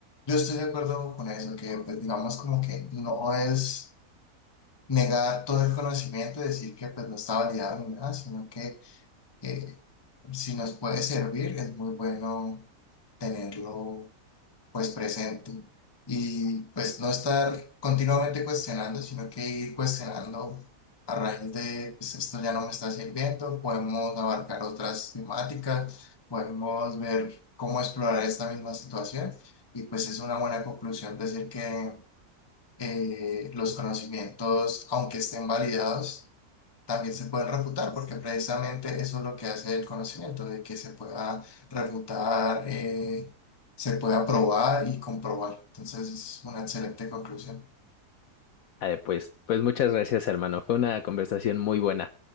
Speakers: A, on the left (about 20°); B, on the left (about 65°).
A: Yo estoy de acuerdo con eso, que pues digamos como que no es negar todo el conocimiento y decir que pues no está validado ni nada, sino que eh, si nos puede servir, es muy bueno tenerlo pues presente y pues no estar continuamente cuestionando, sino que ir cuestionando a raíz de pues, esto ya no me está sirviendo, podemos abarcar otras temáticas, podemos ver cómo explorar esta misma situación y pues es una buena conclusión decir que eh, los conocimientos, aunque estén validados, también se pueden refutar, porque precisamente eso es lo que hace el conocimiento, de que se pueda refutar, eh, se pueda probar y comprobar. Entonces es una excelente conclusión.
B: Ah, pues, pues muchas gracias, hermano. Fue una conversación muy buena.